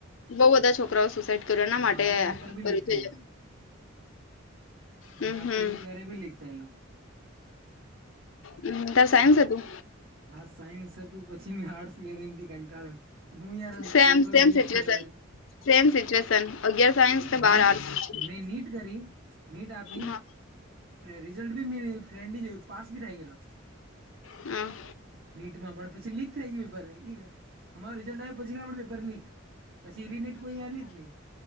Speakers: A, on the left (about 75°); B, on the right (about 55°).
A: બઉ બધા છોકરાઓ સુસાઈડ કર્યું એના માટે
B: મારા ટાઈમ પર બી
A: કર્યું
B: લીક થયેલું
A: છે
B: મેં
A: હમ
B: આપી
A: હમ
B: હતીી ત્યારે ભી લીક થાયેલું
A: હમ તાર સાઈન્સ તું
B: હા સાયન્સ હતું પછી મેં આર્ટસ લીધો એથી કંટાળે હું યાર
A: સેમ
B: પેપરો
A: સેમ
B: લીક
A: સિચ્યુએશન
B: થયા ત ઘરે
A: સેમ સિચુએશન અગિયાર સાયન્સ
B: મેન
A: બાર આર્ટ
B: મેં નીટ કરી નીટ આપી
A: હા
B: રિઝલ્ટ બી મે ફ્રેન્લી જોયું પાસ ભી થાય ગેલો
A: હમ
B: નીટમાં પડે પછી લીક થઈ ગય પેપર એ અમારો રીઝલ્ટ આવ પછીડે પેપર લીક પછી રીનેટ કોઈએ આલીજ નહીં